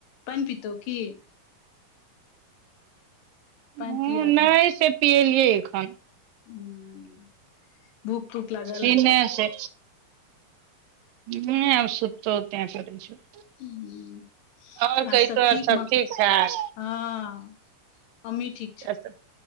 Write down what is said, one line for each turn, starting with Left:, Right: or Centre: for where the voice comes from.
Left: पानि पितौ की
Right: हँ
Left: पानि पिया
Right: नहि से पियेलियै एखन
Left: हुँ भूख तूख लागल
Right: सीने
Left: हेतै
Right: से नहि आब सुुततौ तेंय करय छौ
Left: हूँ
Right: आओर
Left: आर
Right: कहि
Left: सभ
Right: तो
Left: ठीक
Right: सब ठाक
Left: हँ अमीठी
Right: और सब